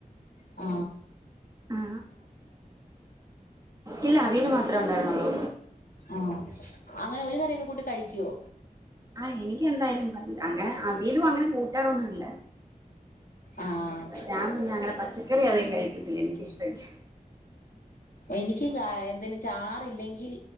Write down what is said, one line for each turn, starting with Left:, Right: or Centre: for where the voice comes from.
Left: ആ
Right: ആ ഇല്ല അവിയല് മാത്രമേ ഉണ്ടായിരുന്നുള്ളൂ
Left: ആ അങ്ങനെ ഒരു കറിയൊക്കെ കൂട്ടി കഴിക്കുവോ
Right: ആ എനിക്ക് എന്തായാലും മതി അങ്ങനെ അവിയലും അങ്ങനെ കൂട്ടാറൊന്നുല്ല
Left: ആഹ്
Right: ഞാൻ പിന്നെ അങ്ങനെ പച്ചക്കറി അധികം കഴികില്ല സത്യത്തിൽ എനിക്കിഷ്ട ഇല്ല
Left: എനിക്ക് എന്തേലും ചാറില്ലെങ്കിൽ